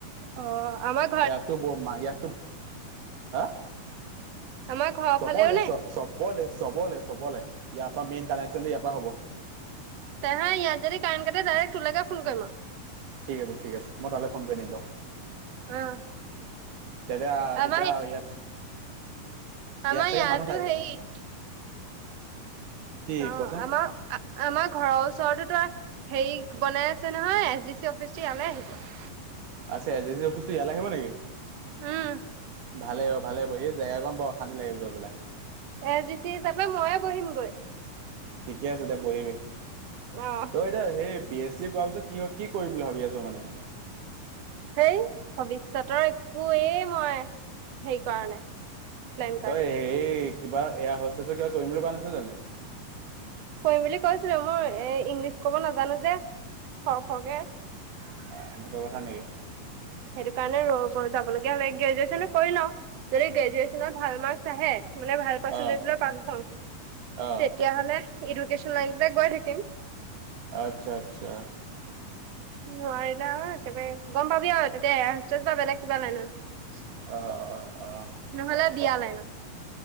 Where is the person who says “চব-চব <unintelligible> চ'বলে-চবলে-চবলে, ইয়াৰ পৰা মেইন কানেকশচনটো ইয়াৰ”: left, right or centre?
Right